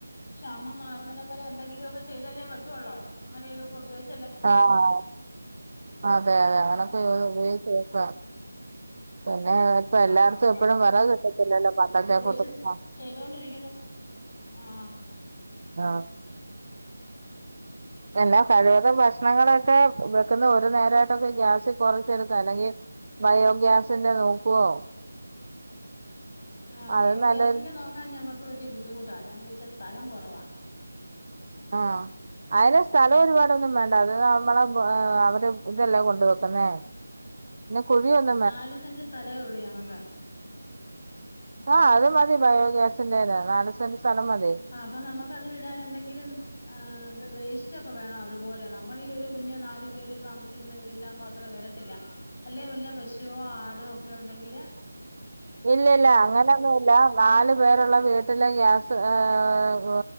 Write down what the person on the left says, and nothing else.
ക്ഷാമം മാറുന്നടം വരെയെന്തെങ്കിലുവൊക്കെ ചെയ്തല്ലേ പറ്റുവൊള്ളൂ എങ്ങനേലുവൊക്കെ ഉപയോഗി
ആഹ്
ആഹ്
അങ്ങനൊക്കെ
ഉപയോഗിച്ച്
ചെയ്തോണ്ടിരിക്കുന്നു ആഹ്
ആഹ് ബയോഗ്യാസിന്റെ
നോക്കാൻ ഞങ്ങക്ക് വല്യെ ബുദ്ധിമുട്ടാ അതെന്നാന്ന് ചോയ്ച്ചാ സ്ഥലം കൊറവാ
നാല് സെന്റ് സ്ഥലവേ ഒള്ളു ഞങ്ങക്ക്
ആഹ് അപ്പ നമ്മക്കതിലിടാനെന്തെങ്കിലും ഏഹ് വേസ്റ്റൊക്കെ വേണം അതുപോലെ നമ്മളീ ഒരു കുഞ്ഞ് നാല് പേര് താമസിക്ക്ന്ന വീട്ട്ലാവുമ്പ അ അത്ര വരത്തില്ല അല്ലേ വല്ല പശുവോ ആടോ ഒക്കെ ഒണ്ടെങ്കില്